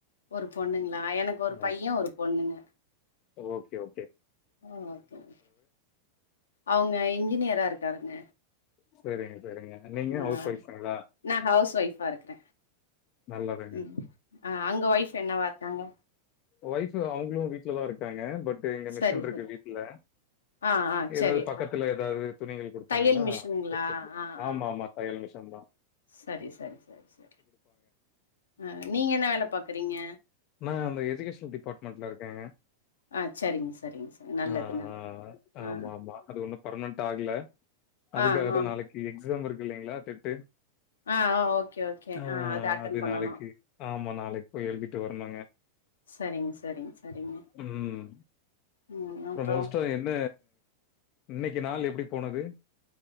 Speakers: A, on the left; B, on the left.
A: ஒரு பொண்ணுங்ளா எனக்கு ஒரு பையன்
B: ஆமா
A: ஒரு பொண்ணுங்க
B: ஓகே ஓ
A: ஆ ஓகே ஓகே அவுங்க இன்ஜினியரா இருக்காருங்க
B: செரிங்க செரிங்க நீங்க
A: ஆ
B: ஹவுஸ் ஒயஃப்தானுங்ளா
A: நா ஹவுஸ் ஒய்ஃபா இருக்குற
B: நல்லதுங்க
A: ம் ஆ அங்க ஒய்ஃப் என்னவா இருக்காங்க
B: ஒய்ஃபு அவ்ங்குளு வீட்லதா இருக்றாங்க பட்டு இங்க மிஷின்ட்ருக்கு
A: சரி சரி
B: வீட்ல
A: ஆ ஆ
B: எதாவ்து
A: சரி
B: பக்கத்துல எதாவ்து துணிகள் குடுத்தாங்கனா
A: தையல் மிஷினுங்களா
B: தெச்சக்வே
A: ஆ
B: ஆமா
A: ஆ
B: மாக் தையல மிஷன்தா
A: சரி சரி சரி சரி ஆ நீங்க என்ன வேல பாக்குறீங்க
B: நா அந்த எரி கேஷன் டிப்பார்ட்மெண்ட்ல இருக்கங்க
A: ஆ சரிங்க சரிங்க சரி நல்லது
B: ஆ ஆ
A: நல்லது ஆ
B: ஆமா மா அது ஒன்னும் பர்னன்ட் ஆகல அதுக்காகதா
A: ஆ ஆ
B: நாளைக்கி எக்ஸாம் இருக்கு இல்லைங்ளா டெட்டு
A: ஆ ஆ ஓகே ஓகே
B: ஆ
A: அட்டன்
B: அது
A: பண்ணணு
B: நாளைக்கி ஆமா நாளைக் போய் எழுதிட்டு வர்ணுங்க
A: சரிங்க சரிங்க சரிங்க
B: ம்
A: ம்
B: அப்றம்
A: அப்றோ
B: மோஸ்டோ என்ன இன்னைக்கி நாள் எப்டி போனது